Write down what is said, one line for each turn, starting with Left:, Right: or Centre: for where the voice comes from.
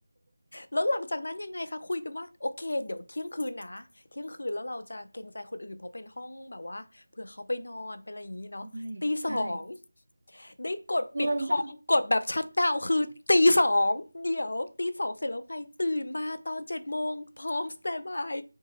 Left: แล้วหลังจากนั้นยังไงคะคุยกันว่า โอเคเดี๋ยวเที่ยงคืนนะ เที่ยงคืนแล้วเราจะเกรงใจคนอื่นเพราะเป็นห้องแบบว่าเผื่อเขาไปนอนเป็นอะไรอย่างงี้เนาะตี2
Right: ใช่ใช่
Left: ได้กดปิดคอมกดแบบชัตดาวน์คือตีสองเดี๋ยวตีสองเสร็จแล้วไงตื่นมาตอนเจ็ดโมงพร้อมสแตนด์บาย
Right: งงป่ะ